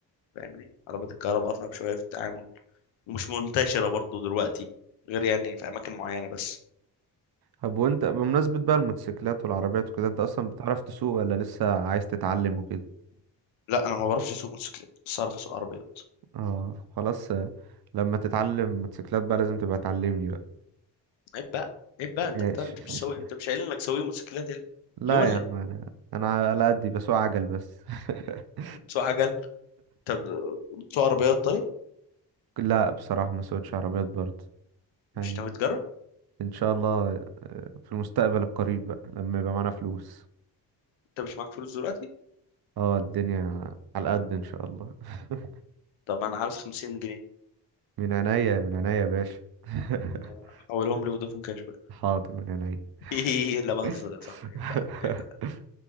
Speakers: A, on the left; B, on the right.
A: فاهمني عربيات الكهرباء أصعب شوية في التعامل ومش منتشرة برضو دلوقتي غير يعني في أماكن معينة بس
B: طب وانت بمناسبة بقى الموتوسيكلات والعربيات وكده انت اصلا بتعرف تسوق ولا لسه عايز تتعلم وكده
A: لا أنا ما بعرفش أسوق موتوسيكلات بس أعرف أسوق عربيات
B: اه خلاص آه، لما تتعلم موتوسيكلات بقى لازم تبقى تعلمني بقى
A: عيب بقى عيب بقى أنت
B: ماشي
A: بتاع أنت مش سوي
B: <laughs>
A: أنت مش قايل إنك سوي موتوسيكلات يلا
B: لا
A: يا ولا
B: يا عم انا انا على قدي بسوق عجل بس <laughs>
A: أنت بتسوق عجل أنت بت- بتسوق عربيات طيب
B: لا بصراحة ما سوقتش عربيات برضه
A: مش
B: يعني
A: ناوي تجرب
B: ان شاء الله آه، في المستقبل القريب بقى لما يبقى معانا فلوس
A: أنت مش معاك فلوس دلوقتي
B: اه الدنيا على قد ان شاء الله <laughs>
A: طب أنا عاوز 50 جنيه
B: من عينيا من عينيا يا باشا <laughs>
A: لا، حولهم لي فودافون كاش بقى
B: حاضر من عينيا
A: <laughs> لا بهزر
B: <laughs>
A: يا صاحبي عيب بقى عيب بقى